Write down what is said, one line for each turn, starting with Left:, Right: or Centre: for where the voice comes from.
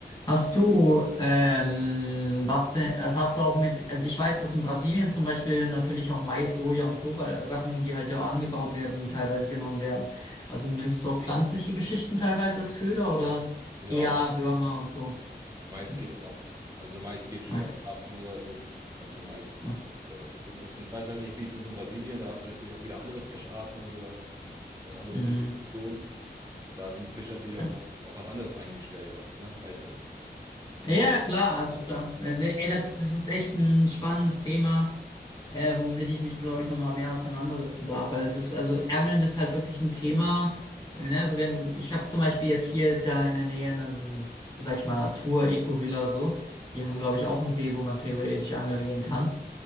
Left: Hast du, ähm, was, äh, also hast du auch mit, also ich weiß, dass in Brasilien zum Beispiel natürlich auch Mais, Soja und Kobalt, äh, Sachen, die halt ja angebaut werden, teilweise genommen werden. Also nimmst du auch pflanzliche Geschichten teilweise als Köder oder
Right: Ja,
Left: eher
Right: Mais,
Left: Würmer und Co.
Right: Mais
Left: Hm,
Right: geht immer. Also Mais geht schön
Left: Mais.
Right: auf Karpfen oder so. Kannst du Mais gut,
Left: Ja.
Right: äh, gut nutzen. Ich weiß halt nicht, wie es ist in Brasilien. Da habt ihr natürlich auch wieder andere Fischarten und sowas und andere
Left: Mhm.
Right: Vegetationen. Da sind die Fische natürlich
Left: Ja,
Right: auf, auf was anderes eingestellt oft, ne? Weißt du?
Left: ja, klar, also klar. Also, ey, das, das ist echt ein spannendes Thema, äh, womit ich mich, glaube ich, nochmal mehr auseinandersetzen darf. Weil es ist, also Angeln ist halt wirklich ein Thema. äh, Ne? Wenn, ich habe zum Beispiel jetzt hier ist ja in der Nähe eine, sag ich mal, Natur-Eco-Villa so. Die haben, glaube ich, auch einen See, wo man theoretisch angeln gehen kann.